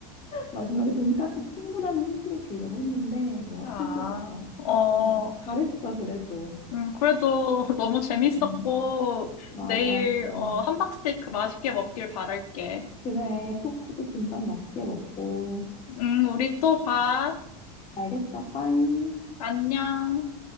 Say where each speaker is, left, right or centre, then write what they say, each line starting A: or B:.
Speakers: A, on the left; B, on the left.
A: 마지막에 돈가스 친구라는 힌트를 주려고 했는데, 너가
B: 아,
A: 포기했어.
B: 어.
A: 음, 잘했어, 그래도.
B: 음, 그래도 <laughs> 너무 재밌었고,
A: 음, 맞아.
B: 내일,
A: 어,
B: 어, 함박스테이크 맛있게 먹길 바랄게.
A: 그래. 코코도 김밥 맛있게 먹고.
B: 음, 우리 또 봐.
A: 알겠어, 빠잉.
B: 안녕.